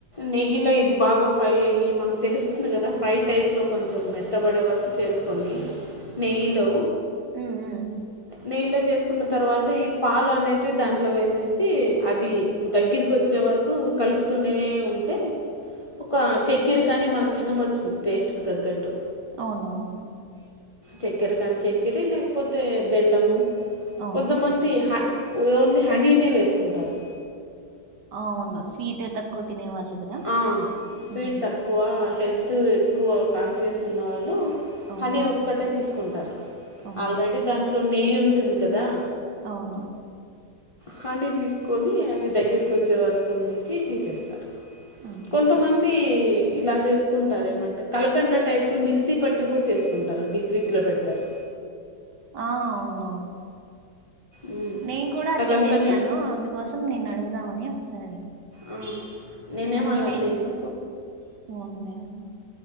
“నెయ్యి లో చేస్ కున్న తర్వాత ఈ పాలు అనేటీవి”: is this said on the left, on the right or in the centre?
Left